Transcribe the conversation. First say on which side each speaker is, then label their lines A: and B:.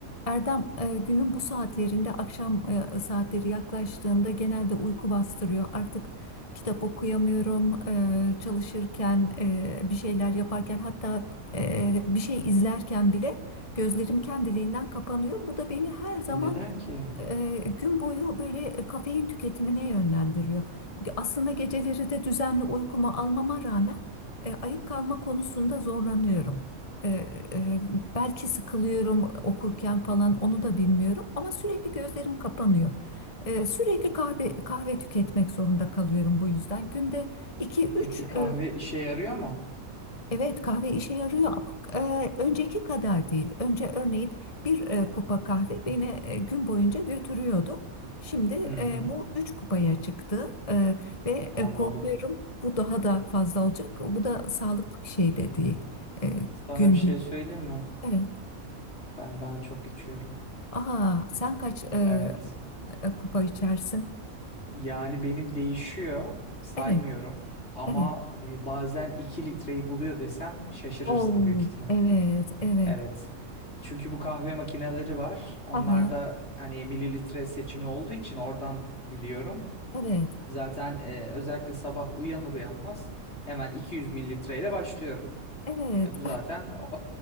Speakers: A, on the left (about 25°); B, on the left (about 50°).
A: Erdem, e, günün bu saatlerinde akşam e, saatleri yaklaştığında genelde uyku bastırıyor. Artık kitap okuyamıyorum, e, çalışırken, e, bir şeyler yaparken hatta e, bir şey izlerken bile gözlerim kendiliğinden kapanıyor. Bu da beni her zaman
B: Neden ki?
A: e, gün boyu böyle e, kafein tüketimine yönlendiriyor. Aslında geceleri de düzenli uykumu almama rağmen e, ayık kalma konusunda zorlanıyorum. E, e, belki sıkılıyorum okurken falan onu da bilmiyorum ama sürekli gözlerim kapanıyor. E, sürekli kahve kahve tüketmek zorunda kalıyorum bu yüzden. Günde iki üç
B: Peki kahve
A: e,
B: işe yarıyor mu?
A: Evet kahve işe yarıyor ama e, önceki kadar değil. Önce örneğin bir e, kupa kahve beni e, gün boyunca götürüyordu. Şimdi
B: Hı hı,
A: e, bu üç kupaya çıktı E, ve
B: anladım.
A: e, korkuyorum bu daha da fazla olacak. Bu da sağlıklı bir şey de değil. E,
B: Sana
A: günde.
B: bir şey söyleyeyim mi?
A: Evet.
B: Ben daha çok içiyorum.
A: Aa sen kaç e,
B: Evet.
A: e, kupa içersin?
B: Yani benim değişiyor, saymıyorum.
A: Evet,
B: Ama
A: evet.
B: e, bazen 2 litreyi buluyor desem şaşırırsın
A: Oo,
B: büyük ihtimal.
A: evet, evet.
B: Evet. Çünkü bu kahve makineleri var. Onlarda
A: Aha,
B: hani mililitre seçimi olduğu için oradan biliyorum.
A: evet,
B: Zaten e, özellikle sabah uyanır uyanmaz hemen 200 mililitreyle başlıyorum.
A: evet.
B: E bu zaten <laughs>